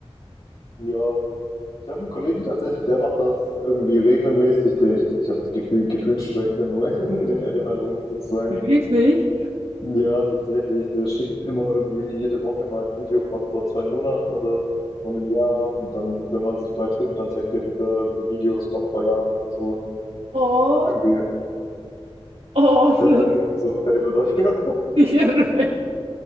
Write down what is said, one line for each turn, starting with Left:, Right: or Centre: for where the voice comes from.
Left: Ja, ich habe einen Kollegen tatsächlich, der macht das irgendwie regelmäßig. Der, ich ich habe gefühlt, gefühlt schwelgt er nur <laughs> in den Erinnerungen, sozusagen.
Right: Wirklich?
Left: Ja, tatsächlich. Der schickt immer irgendwie jede Woche mal ein Video von vor zwei Monaten oder von einem Jahr. Und dann, wenn man sich mal trifft, dann zeigt er wieder irgendwie Videos von vor Jahren und so.
Right: Oh,
Left: Irgendwie,
Right: oh,
Left: der
Right: das
Left: hat da irgendwie so ein Faible dafür.
Right: Gehirn. <laughs>